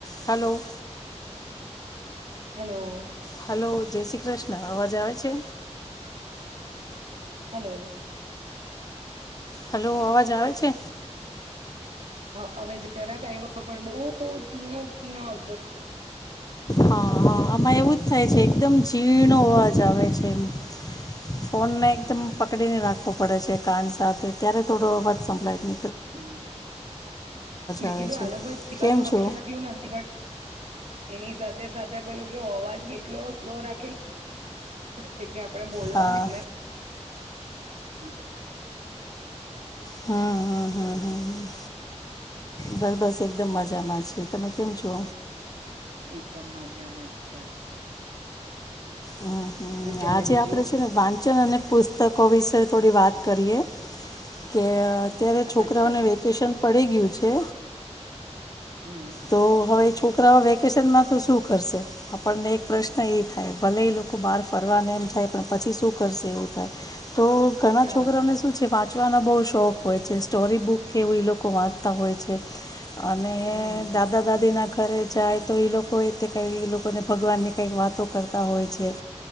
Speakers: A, on the left; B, on the right.
A: Hello.
B: Hello.
A: Hello, જય શ્રી કૃષ્ણ, અવાજ આવે છે.
B: હેલો.
A: હલો, અવાજ આવે છે?
B: હા હવે જરાક આવ્યો પણ બહુ તીણો તીણો આવતો છે.
A: હા, હા આમાં એવું જ થાય છે, એકદમ ઝીણો અવાજ આવે છે એમ. ફોન ને
B: હમ
A: એકદમ પકડીને રાખવો પડે છે કાન સાથે. ત્યારે થોડો અવાજ સંભળાય છે.
B: હમ્મ, મેં
A: આવે
B: કીધું
A: છે
B: આ લોકોએ સ્પીકર
A: કેમ
B: નું
A: છો
B: ઓપ્શન આપ્યું નથી બટ એની સાથે-સાથે પેલું કેવો અવાજ બી એટલો સ્લો રાખેલો છે કે આમ
A: હા
B: <unintelligible>
A: હમ્મ-હમ્મ-હમ્મ-હમ્મ, બસ બસ એકદમ મજામાં છે. તમે કેમ છો?
B: એકદમ મજા મજા
A: હમ્મ, હમ્મ,
B: શું ચાલે
A: આજે
B: બીજું
A: આપડે છે ને વાન કિકચન અને પુસ્તકો વિશે થોડી વાત કરીએ, કે અ્યારે છોકરાઓને
B: અચ્છા
A: વેકેશન પડી ગયું છે
B: હમ્મ.
A: તો હવે છોકરાઓ વેકેશનમાં તો શું કરશે આપણને એક પ્રશ્ન થાય, ભલે એ લોકો બાર ફરવા એમ જાય, પણ પછી શું કરશે એવું થાય. તો ઘણા
B: હા
A: છોકરાને શું છે, વાત ચવાનો બહ શોખ હોય છે. સ્ટોરી બુક કે એવું એલોકો વાંચતા હોય છે. અને
B: હમ હમ
A: દાદા દાદી ના કરરે જાય, તો એ લોકો એ તે કઈ, એ લોકોને ભગવાન ની કઈક વાતો કરતા હોય છે.